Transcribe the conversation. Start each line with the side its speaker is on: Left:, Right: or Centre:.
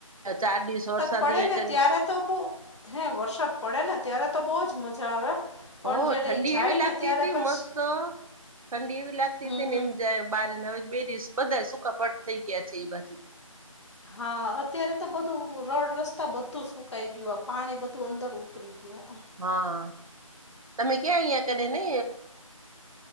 Right: ચાર દિવસ વરસાદ
Left: પડે
Right: અહિયાં
Left: ને ત્યારે
Right: કે.
Left: તો બહ હે વરસાદ પડે ને ત્યારે તો બહજ મજા આવે. પણ
Right: હો
Left: જયારે
Right: ઠંડી
Left: એ જાય
Right: એવી લાગતી
Left: ને ત્યારે
Right: હતી
Left: પછી
Right: મસ્ત. ઠંડી એવી લાગતી
Left: હમ
Right: હતી ને
Left: હમ
Right: એમ જાય બારે ને હવે બે દિવસ બધા સકાપાટ થઈ ગયા છે એ બાજુ તો.
Left: હા અત્યારે તો બધું રોડ રસ્તા બધું સુકાઈ ગયું આ પાણી બધું અંદર ઉતરી. જો.
Right: હા તમે ક્યા અહિયાં કરે નને.